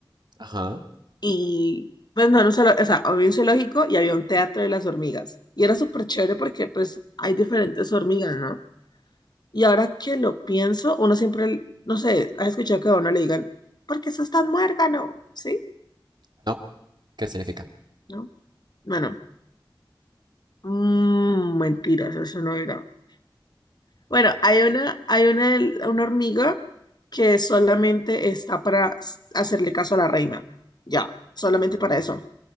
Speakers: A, on the right (about 60°); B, on the left (about 55°).
A: Ajá.
B: Y pues no era un zoológico, o sea, había un zoológico y había un teatro de las hormigas. Y era súper chévere porque pues hay diferentes hormigas, ¿no? Y ahora que lo pienso, uno siempre, no sé, has escuchado que a uno le digan, ¿por qué sos tan muérgano? ¿Sí?
A: No. ¿Qué significa?
B: ¿No? Bueno, mm, mentiras, eso no era. Bueno, hay una, hay una, una hormiga que solamente está para hacerle caso a la reina. Ya, solamente para eso. O